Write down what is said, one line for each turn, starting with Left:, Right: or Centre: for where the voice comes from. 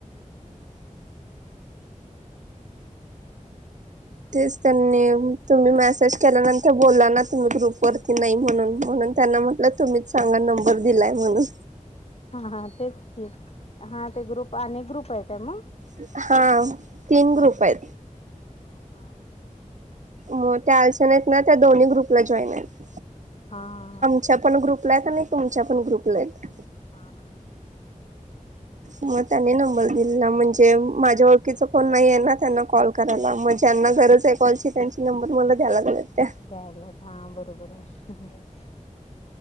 Right: तेच त्यांनी तुम्ही मेसेज केल्यानंतर बोलला ना, तुम्ही ग्रुपवरती नाही म्हणून म्हणून त्यांना म्हटलं तुम्हीच सांगा, नंबर दिलाय म्हणून
Left: हा हा तेच की हा ते ग्रुप आणि ग्रुप ये काय म
Right: हा तीन
Left: हां
Right: ग्रुप
Left: हां
Right: आहेत.
Left: हो हां-
Right: म त्या अर्चना आहेत ना, त्या दोन्ही ग्रुपला जॉईन आहेत.
Left: हां हा हा
Right: च्या पण ग्रुपला येत आणि तुमच्या पण ग्रुपला येत -
Left: हां हां-
Right: म त्यांनी नंबर दिलेला म्हणजे माझ्या ओळखीचं कोण नाहीये ना, त्यांना कॉल करायला मग ज्यांना गरज हाय कॉलची त्यांची नंबर मला द्यायला लागल्यात त्या
Left: द्यायला हां बरोबर हाय. -